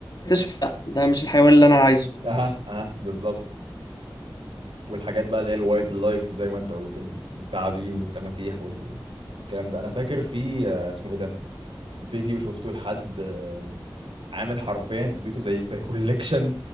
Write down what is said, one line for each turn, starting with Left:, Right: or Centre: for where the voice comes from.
Left: اكتشف لا ده مش الحيوان اللي انا عايزه
Right: اها اها بالظبط والحاجات بقى اللي هي الوايلد لايف زي ما انت قلت التعابين والتماسيح والكلام ده انا فاكر في آه، اسمه ايه ده فيديو شفته لحد آه، عامل حرفيا في بيته زي زي كوليكشن